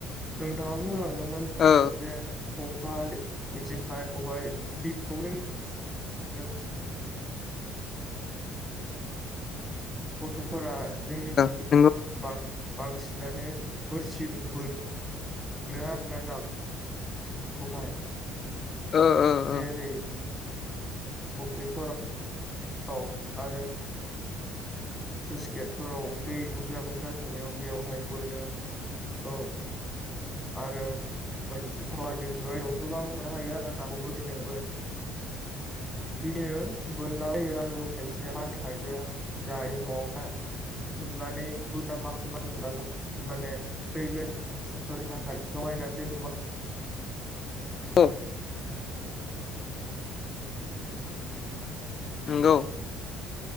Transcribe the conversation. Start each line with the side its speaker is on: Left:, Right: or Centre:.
Centre: नोंथाङा बुंलांदोंमोन।
Left: ओ
Centre: जे खखा जेखाइ खबाइ बेफोरखौ नों <unintelligible> गथ'फोरा जोंनिथिं
Left: ओ नंगौ
Centre: बांसिनानो बोरसि दों बो नो आरोना नाखौहाय
Left: ओ ओ
Centre: जेरै
Left: ओ
Centre: फुख्रिफोराव आरो सुइस गेटफोराव दै बुरजा बुरजा थानायाव बेयावहाय बोनो औ आरो मोनजि पावार बेफोरबायदियाव गोबां मोननो हायो आरो नाखौ बजिदों बिदिनो बोनलाबायो आरो खायसेया फानो खायसेया जायो न'आवहा हमनानै बुरजा माखासे मानि मोनला माने फैगोन जोंफोरनि थाखाय जगायनानै दोन
Left: औ नोंगौ।